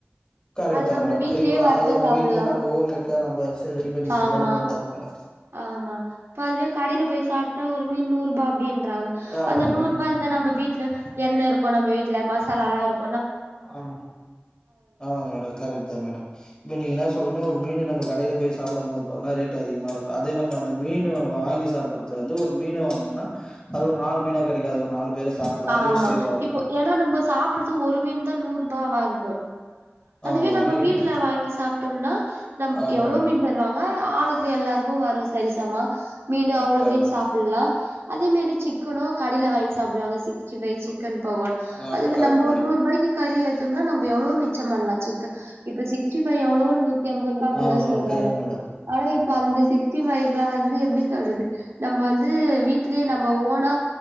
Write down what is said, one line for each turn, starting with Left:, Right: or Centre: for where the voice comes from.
Left: கரெக்ட்
Right: அது
Left: தா
Right: நம்ம
Left: மேடம்
Right: வீட்லயே
Left: இப்ப
Right: வறுத்து
Left: அது நா
Right: சாப்டலா
Left: வீட்ல நம்ம ஓன் மேக்கா நம்ம ரெடி பண்ணி சாப்ட
Right: ஆமா
Left: நல்லா இருக்கு உட
Right: ஆமா இப்ப அதுவே கடைல போய் சாப்ட்டா ஒரு மீன் நூறுபா அப்டின்றாங்க
Left: ஆமா
Right: அந்த
Left: மேடம்
Right: நூறு ரூபா இருந்தா நம்ம வீட்ல எண்ணெ இருக்கு நம்ம வீட்ல மசாலால்லா இருக் இருக்கும்
Left: ஆமா ஆமா மேடம் கரெக்ட் தா மேடம் இப்ப நீங்க என்ன சொல்னா ஒரு மீன் நமக்கு கடையில போய் சாப்டும் போது பாத்தீனா ரேட்டு அதிகமா இருக்கு அதே நம்ம அந்த மீனு வாங்கி சாப்பறது வந்து ஒரு மீனு வாங்கும்னா அது ஒரு நாலு மீனா கடைக்கது ஒரு நாலு பேரு சாப்டலாம் அதுவும்
Right: ஆமா
Left: சேவ் ஆகும்
Right: இப்போ
Left: மேடம்
Right: ஏனா நம்ம சாப் பிடது ஒரு மீன் தா நூறுபாவா இருக்கு அதுவே
Left: ஆமா மேடம்
Right: நம்ம வீட்டுல
Left: இப்ப
Right: வாங்கி சாப்ட்டம்னா நம்
Left: ஆமா
Right: எவ்வளோ
Left: மேடம்
Right: மீன் தருவாங்க ஆளுக்கு எல்லாருக்கு வரு சரிசமா மீனு
Left: ஆ
Right: அவ்வளோ
Left: கரெக்ட்
Right: மீனு சாப்பிட்லா அதே மாரி சிக்கனு கடைல வாங்கி சாப்டுவாங்க சிக்ஸ்டி பைவ் சிக்கன் பகோட்
Left: ஆமா
Right: அதுல
Left: கரெக்ட்
Right: நம்ப
Left: மேடம்
Right: ஒரு நூறுபாய்க்கு கறி எத்து வந்தா நம்ப எவ்ளோ மிச்சோ பண்லா சிக்கன் இப்ப சிக்ஸ்டி பைவ் எவ்வளோ எம்பரூபா அப்டில்லா
Left: ஆமா மேடம்
Right: சொல்றாங்க
Left: கரெக்ட் மேடம்
Right: ஆனா இப்ப அந்த சிக்ஸ்டி ஃபைவ்லா வந்து எப்டி சொல்றது நம்ப வந்து வீட்லயே நம்ப ஓனா